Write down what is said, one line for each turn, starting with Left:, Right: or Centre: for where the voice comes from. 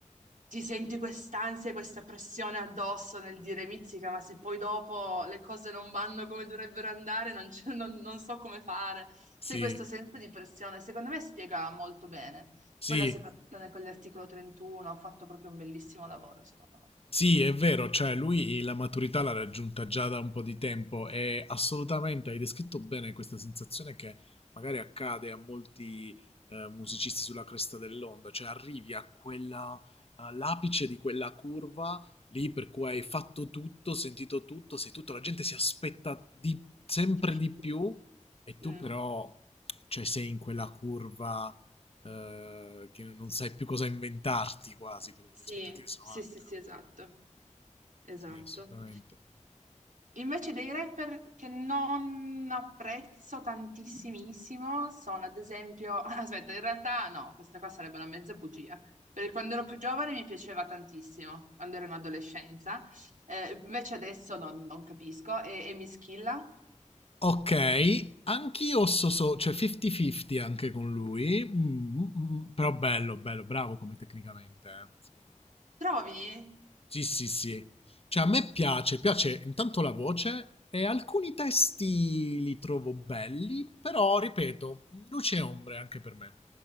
Right: ti senti quest'ansia, e questa pressione addosso nel dire mizzica, ma se poi dopo le cose non vanno come dovrebbero andare, non, c'è- non- non so come fare.
Left: sì,
Right: Sai, questo senso di pressione, secondo me spiega molto bene.
Left: sì,
Right: Poi la separazione con l'articolo 31 ha fatto proprio un bellissimo lavoro, secondo me.
Left: Sì, è vero, cioè lui la maturità l'ha raggiunta già da un po' di tempo e assolutamente hai descritto bene questa sensazione che magari accade a molti eh, musicisti sulla cresta dell'onda, cioè arrivi a quella, all'apice di quella curva lì per cui hai fatto tutto, sentito tutto, sei tutto, la gente si aspetta di- sempre
Right: Di più.
Left: di più e tu
Right: Mm.
Left: però cioè, sei in quella curva eh, che non sai più cosa inventarti quasi, perché
Right: Sì,
Left: le aspettative sono
Right: sì,
Left: alte.
Right: sì, sì,
Left: no?
Right: esatto, esatto.
Left: Sì, assolutamente.
Right: Invece dei rapper che non apprezzo tantissimissimo sono ad esempio, <laughs> aspetta, in realtà no, questa qua sarebbe una mezza bugia, perché quando ero più giovane mi piaceva tantissimo, quando ero in adolescenza, Eh, invece adesso non, non capisco e, e mi schilla.
Left: Ok, anch'io so, so cioè 50-50 anche con lui, Mm, mm, mm, però bello, bello, bravo come tecnicamente, eh, secondo me.
Right: Trovi?
Left: Sì, sì, sì. Cioè a me piace, piace intanto la voce e alcuni testi li trovo belli, però ripeto, luce e ombre anche per me.